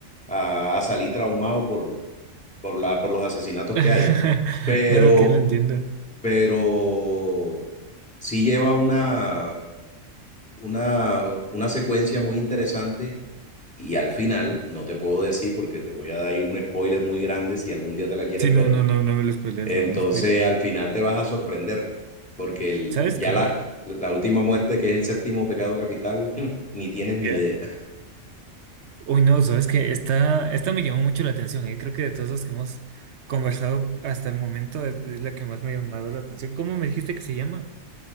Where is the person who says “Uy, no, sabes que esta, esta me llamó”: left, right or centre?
Right